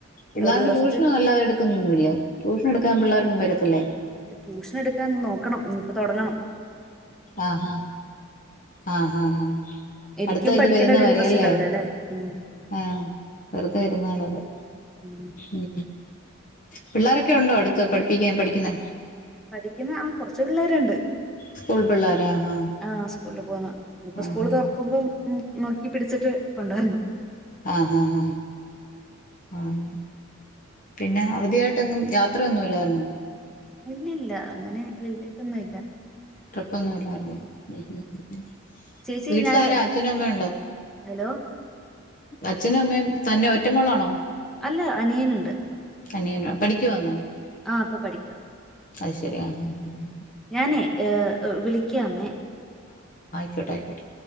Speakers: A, on the left (about 40°); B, in the centre.
A: പിള്ളേർക്ക്
B: ഒരു റെസ്റ്റ്
A: ട്യൂഷന നല്ലാതെ എടുക്കുന്നൊന്നുമില്ലേ ട്യൂഷൻ എടുക്കാൻ പിള്ളേരൊന്ന <unintelligible> വര അല്ലേ
B: ട്യൂഷനെടുക്കാൻ നോക്കണം ഇനിയിപ്പ തെട്ങ്ങണം
A: ആഹഹാ ആഹ ഹാ ഹാ
B: എനിക്കും
A: അടുത്തായിട്ട്
B: പഠിക്കാൻ
A: വരുന്നവരെ
B: ഒരു ഇൻട്രസ്റ്റ്
A: ല്ലേ
B: ഉണ്ടാവില്ല അല്ലെ ഉം
A: ആഹ വെറുതെ വരുന്നള്ള <unintelligible> ത്
B: ഉം.
A: ഉ പിള്ളേരൊക്കെ ഉണ്ടോ അടുത്ത് പഠിപ്പിക്കാൻ പഠിക്കുന്ന
B: പഠിക്കുന്ന ആ കൊറച്ച് പിള്ളേര്ണ്ട്
A: സ്കൂൾ പിള്ളേര് ആഹ്
B: ആഹ് സ്കൂളിൽ പോവുന്ന ഇനി ഇപ്പം
A: ആഹ്
B: സ്കൂള് തുറക്കുമ്പം ഉം നോക്കി പിടിച്ചിട്ട് കൊണ്ടോരണം
A: ആഹാഹ് ഉം പിന്നെ അവധിയായിട്ടെങ്ങും യാത്ര അത്രന്നുല്ല്യായിരുന്നു
B: ഇല്ലില്ല അങ്ങനെ വലുതായിട്ടൊന്നും ഇല്ല
A: ട്രിപ്പൊന്നും ഇല്ലായിരുന്നു ഉം ഉം
B: ചേച്ചി
A: വീട്ടിലാരാ
B: ഞാനേ
A: അച്ഛനമ്മേം ഒണ്ടോ
B: ഹലോ
A: അച്ഛനും അമ്മയും തന്നെ ഒറ്റ മോളാണോ
B: അല്ല അനിയനുണ്ട്
A: അനിയനോ പഠിക്കുവാന്നോ?
B: ഉഹും ആ ഇപ്പൊ പഠിക്കാ
A: അത് ശരി ആ ഹും ഹും
B: ഞാനേ ഏഹ് വിളിക്കാമേ
A: കേട്ടു ആയിക്കോട്ടെ